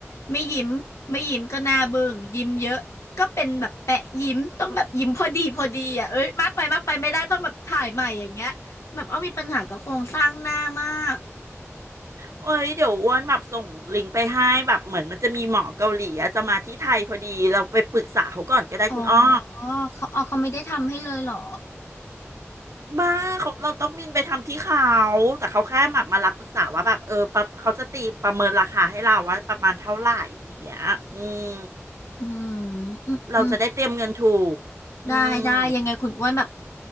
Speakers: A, on the left; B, on the right.
A: ไม่ยิ้มไม่ยิ้มก็หน้าเบึ้งยิ้มเยอะก็เป็นแบบแปะยิ้มต้องแบบยิ้มพอดีพอดีอ่ะเอ้ยมากไปมากไปไม่ได้ต้องแบบถ่ายใหม่อย่างเงี้ยแบบอ้อมีปัญหากับโครงสร้างหน้ามาก
B: โอ้ยเดี๋ยวอ้วนแบบส่งลิงก์ไปให้แบบเหมือนมันจะมีหมอเกาหลีอะจะมาที่ไทยพอดีเราไปปรึกษาเขาก่อนก็ได้คุณอ้อ
A: อ๋อเขาอ๋อเขาไม่ได้ทำให้เลยเหรอ
B: บ้าเขาเราต้องบินไปทำที่เขาแต่เขาแค่แบบมารับปรึกษาว่าแบบเออปะเขาจะตีประเมินราคาให้เราว่าประมาณเท่าไหร่อย่างเงี้ยอืม
A: อืมอืมอืม
B: เราจะได้เตรียมเงินถูกอืม
A: ได้ได้ยังไงคุณอ้วนแบบ